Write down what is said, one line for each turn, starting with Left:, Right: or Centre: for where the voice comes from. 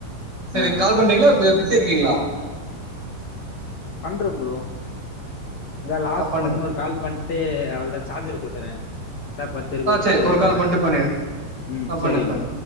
Right: சேரி
Left: ஆ
Right: கால்
Left: ஆ
Right: பண்றீங்ளா பெ பிஸியா இருக்கீங்ளா
Left: பண்ற ப்ரோ இந்த லாஸ்ட்டு
Right: ஆ பண்ணுங்க
Left: உன்னொரு கால் பண்ட்டு அவள்தா சார்ஜர் போட்டுறே கரேக்ட்டா பத்துருக்கு
Right: ஆ
Left: ஒரு
Right: சரி
Left: கால் வருல்ல
Right: பண்ட்டு பண்ணு
Left: ம்
Right: ஆ
Left: சேரி
Right: பண்ணுங்க பண்ணுங்க
Left: ப்ரோ